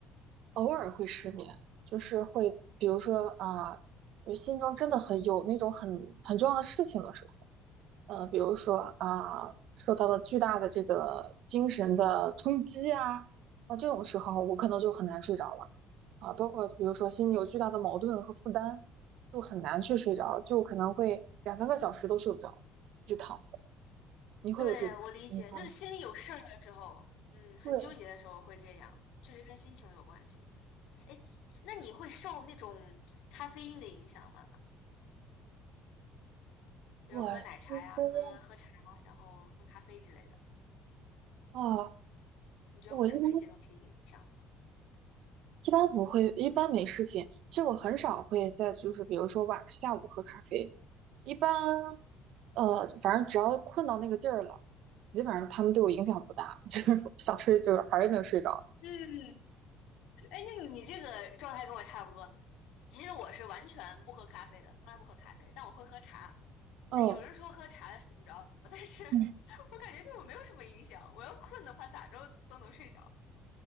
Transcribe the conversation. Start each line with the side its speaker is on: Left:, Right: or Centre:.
Right: 偶尔会失眠，就是会，比如说啊，呃心中真的很有那种很很重要的事情的时候，呃，比如说啊，受到了巨大的这个精神的冲击啊，那这种时候我可能就很难睡着了啊，包括比如说心里有巨大的矛盾和负担，就很难去睡着，就可能会两三个小时都睡不着，一直躺。你会有这个情况吗？
Left: 对，我理解，就是心里有事儿的时候，嗯，很纠结的时候会这样，
Right: 对，
Left: 确实跟心情有关系。那你会受那种咖啡因的影响吗？就是喝奶茶呀，
Right: 我其实
Left: 喝喝茶，然后喝咖啡之类的，
Right: 啊，
Left: 你觉得会受这些东西影响吗？
Right: 我一般一般不会，一般没事情。其实我很少会在就是比如说晚下午喝咖啡，一般呃，反正只要困到那个劲儿了，基本上他们对我影响不大，<laughs> 就是想睡就是还是能睡着。
Left: 嗯，哎，那你这个状态跟我差不多。其实我是完全不喝咖啡的，从来不喝咖啡，但我会喝茶。
Right: 嗯
Left: 那有人说喝茶的睡不着，但是 <laughs> 我感觉对我没有什么影响。
Right: 嗯，
Left: 我要困的话，咋着都能睡着。